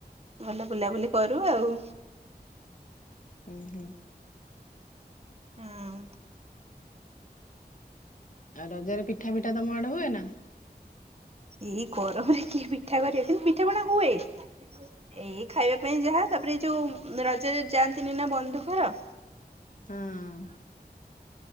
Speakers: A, on the right; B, on the left.
A: ଭଲ ବୁଲାବୁଲି କରୁ ଆଉ।
B: ହୁଁ ହୁଁ
A: ହଁ
B: ଆଉ ରଜରେ ପିଠା ତମ ଆଡେ ହୁଏ ନା।
A: ଏଇ ଗରମରେ କିଏ ପିଠା କରିବା କିନ୍ତୁ ପିଠା ପଣା ହୁଏ। ଏଇ ଖାଇବା ପାଇଁ ଯାହା ତାପରେ ଏଇ ଯୋଉ ରଜରେ ଯାଆନ୍ତିନି ନା ବନ୍ଧୁ ଘର।
B: ହଁ